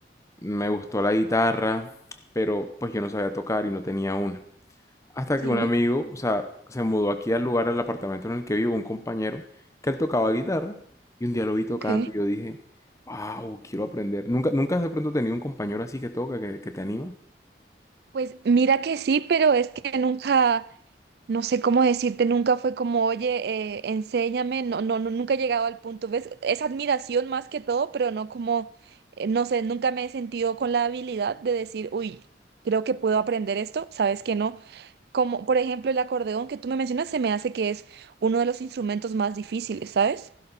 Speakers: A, on the left; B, on the right.
A: me gustó la guitarra, pero pues yo no sabía tocar y no tenía una. Hasta
B: Sí.
A: que un amigo, o sea, se mudó aquí al lugar, al apartamento en el que vivo, un compañero, que él tocaba guitarra. Y un día lo vi tocando
B: Ok.
A: y yo dije, wow, quiero aprender. ¿Nunca, nunca has de pronto tenido un compañero así que toca, que, que te anima?
B: Pues mira que sí, pero es que nunca, no sé cómo decirte, nunca fue como, oye, eh, enséñame, no, no, no, nunca he llegado al punto, ¿ves? Es admiración más que todo, pero no como, eh, no sé, nunca me he sentido con la habilidad de decir, uy, creo que puedo aprender esto, sabes que no. Como, por ejemplo, el acordeón que tú me mencionas, se me hace que es uno de los instrumentos más difíciles, ¿sabes?